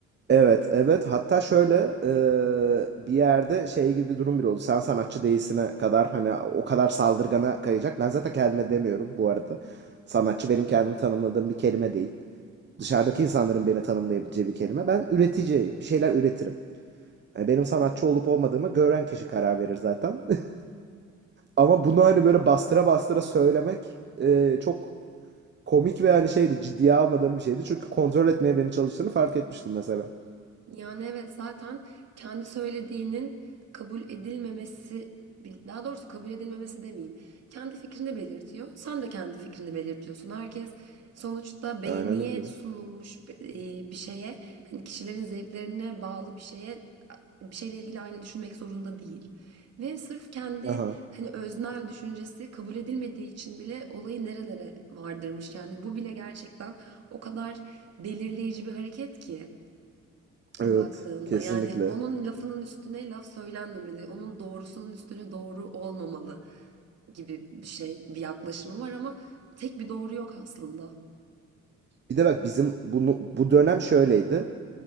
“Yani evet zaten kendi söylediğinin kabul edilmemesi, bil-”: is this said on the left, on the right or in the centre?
Right